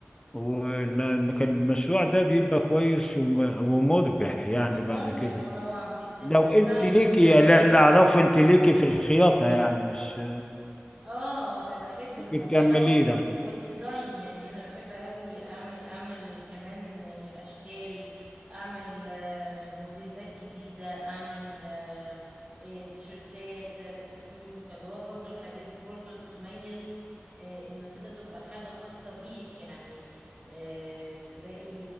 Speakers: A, on the left; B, on the right.
A: والمشروع ده بيبقى كويس وم- ومربح يعني
B: ومربح
A: بعد كده
B: ولو عم بتستعمل
A: لو انت ليكي
B: خامات
A: اللي
B: حلوة
A: اللي اعرفه انت ليكي في الخياطة يعني مش
B: اه انا بحب
A: ممكن
B: الموضوع
A: تعمليه
B: ده و...
A: ده
B: والديزاين يعني انا بحب قوي اعمل اعمل كمان آه، اشكال اعمل آه، موديلات جديدة اعمل آه، آه، تيشرتات آه، فساتين فاللي هو برضو الحاجات دي برضو تتميز آه، ان كده تبقى حاجة خاصة بيك يعني آه، تلاقي